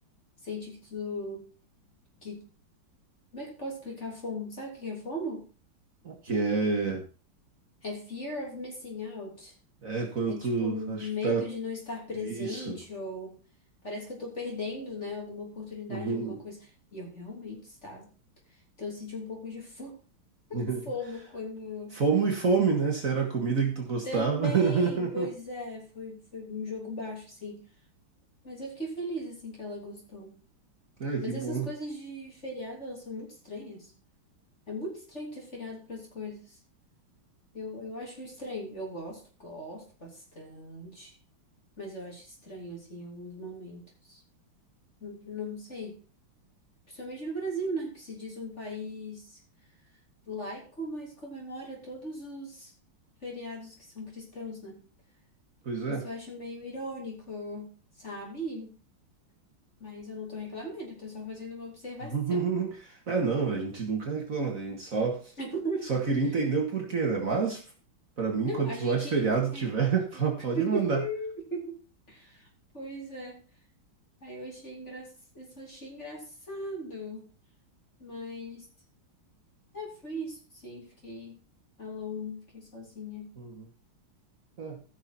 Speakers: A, on the left; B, on the right.
A: Sente que tu, que, como é que eu posso explicar FOMO? Sabe o que é FOMO?
B: que é,
A: É fear of missing out.
B: é quando
A: É
B: tu,
A: tipo medo
B: acho que tá,
A: de não estar presente
B: isso.
A: ou parece que eu tô perdendo, né, alguma oportunidade,
B: Uhum.
A: alguma coisa. E eu realmente estava. Então eu senti um pouco de fo-
B: <laughs>
A: FOMO quando
B: Fome e fome, né? Se era a comida que tu gostava.
A: também,
B: <laughs>
A: pois é, foi foi um jogo baixo assim, mas eu fiquei feliz assim que ela gostou.
B: Ah,
A: Mas
B: que bom.
A: essas coisas de feriado, elas são muito estranhas. É muito estranho ter feriado para as coisas. Eu, eu acho estranho. Eu gosto, gosto bastante, mas eu acho estranho, assim, em alguns momentos. Não, não sei. Principalmente no Brasil, né? Que se diz um país laico, mas comemora todos os feriados que são cristãos, né?
B: Pois é.
A: Isso eu acho meio irônico, sabe? Mas eu não tô reclamando, eu tô só fazendo uma observação.
B: <laughs> É, não, a gente nunca reclama, né? A gente só,
A: <laughs>
B: só queria entender o porquê, né? Mas, pra mim,
A: Não,
B: quantos
A: a gente.
B: mais feriado tiver,
A: É.
B: <laughs> po- pode
A: <laughs>
B: mandar.
A: Pois é. Aí eu achei engra... eu só achei engraçado, mas é, foi isso, sim, fiquei alone, fiquei sozinha.
B: Uhum. É.